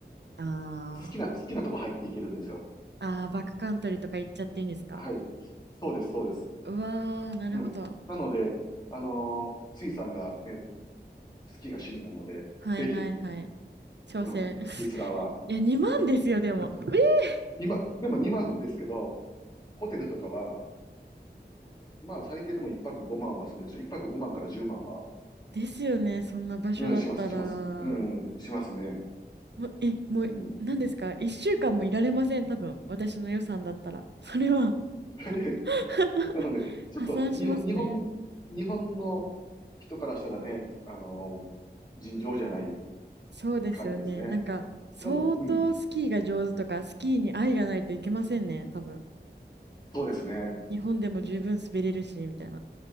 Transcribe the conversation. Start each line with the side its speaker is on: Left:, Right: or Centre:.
Right: あ
Left: 好きな、
Right: ー
Left: 好きなとこ入っていけるんですよ。
Right: ああ、バックカントリーとか行っちゃっていいんですか
Left: はい。そうです、そうです。
Right: うわー、なるほど。
Left: うん。なので、あのー、スイさんがね、スキーが趣味なので、
Right: はいはいはい。
Left: ぜひ、
Right: 挑戦。
Left: うん、ウィスラーは。
Right: <laughs> いや、2万ですよ、でも。え
Left: 今、でも2万ですけど、ホテルとかは、まあ最低でも1泊5万はするでしょ。1泊5万から10万は、
Right: ですよね、そんな場所だったら。
Left: うん、します、します。うん、しますね。
Right: もう、え、もう、
Left: うん。
Right: 何ですか ?1 週間もいられません、多分。私の予算だったら。<laughs> それは
Left: <laughs>
Right: <laughs>
Left: なので、ちょっと、
Right: 破産しますね。
Left: 日本、日本、日本の人からしたらね、あのー尋常じゃない
Right: そうですよね。
Left: 感じですね。
Right: なんか、相当スキーが上手とか、
Left: なのうん、
Right: スキーに愛がないといけませんね、多分。
Left: そうですね。
Right: 日本でも十分滑れるし、みたいな。